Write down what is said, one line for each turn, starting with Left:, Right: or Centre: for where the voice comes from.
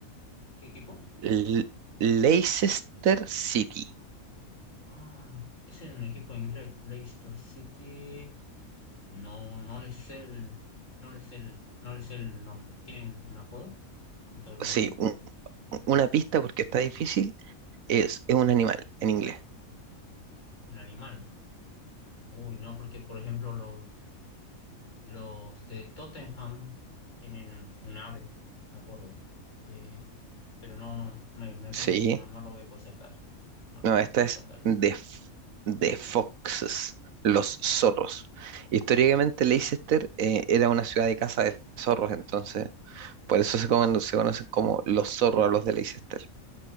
Left: ¿Qué equipo?
Right: L- Leicester City.
Left: Ah, ese es un equipo inglés, Leicester City. No, no le sé el, no le sé el, no le sé el nombre. ¿Tienen un apodo? ¿Un sobrenombre?
Right: Sí, un- una pista porque está difícil, es, es un animal en inglés.
Left: ¿Un animal? Uy, no, porque por ejemplo los Los de Tottenham tienen un, un ave, me acuerdo. Eh, pero no, no, me, me rindo
Right: Sí.
Left: porque no, no lo voy a poder sacar. No lo
Right: No,
Left: voy
Right: esta
Left: a poder
Right: es
Left: sacar ese.
Right: de, f- de Foxes, los zorros. Históricamente
Left: Ah,
Right: Leicester eh, era una ciudad de caza de zorros, entonces por eso se, comen- se conocen como los zorros a los de Leicester.